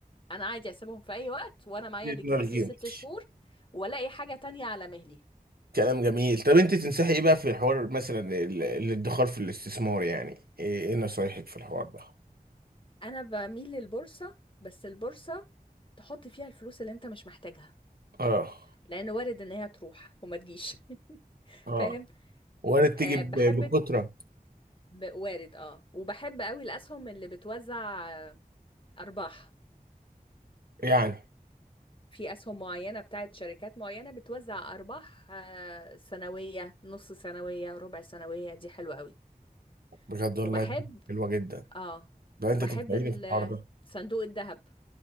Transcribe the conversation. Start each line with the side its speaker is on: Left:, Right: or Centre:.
Left: انا عادي اسيبهم في اي وقت وانا معايا
Right: دي
Left: اللي
Right: دماغ
Left: يكفيني
Right: جيمتش
Left: ست شهور والاقي حاجة تانية على مهلي
Right: كلام جميل طب انت تنصحي ايه بقى في حوار مثلا ال- الادخار في الاستثمار يعني ايه إيه نصايحك في الحوار ده؟
Left: انا بميل للبورصة بس البورصة تحط فيها الفلوس اللي انت مش محتاجها
Right: اه
Left: لان وارد ان هي تروح وما تجيش <laughs>
Right: اه
Left: فاهم
Right: وارد تيجي
Left: أه
Right: ب-
Left: بحب
Right: بكترة
Left: ب- وارد اه وبحب قوي الاسهم اللي بتوزع آه، ارباح
Right: يعني
Left: في اسهم معينة بتاعت شركات معينة بتوزع ارباح آه، سنوية نص سنوية ربع سنوية دي حلوة قوي
Right: بجد والله
Left: وبحب
Right: حلوة جدا
Left: اه
Right: ده
Left: وبحب
Right: انت تنفعيني
Left: ال-
Right: في الحوار ده
Left: صندوق الذهب